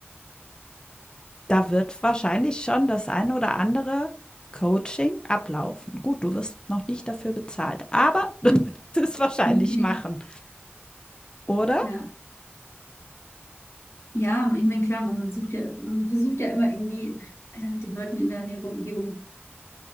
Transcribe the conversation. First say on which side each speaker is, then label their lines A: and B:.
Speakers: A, on the left; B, on the left.
A: Da wird wahrscheinlich schon das ein oder andere Coaching ablaufen. Gut, du wirst noch nicht dafür bezahlt, aber <laughs>
B: <laughs>
A: du wirst es wahrscheinlich
B: Ja.
A: machen, oder?
B: Ja. Ja, ich meine, klar, man, man sucht ja, man versucht ja immer irgendwie äh, den Leuten in der näheren Umgebung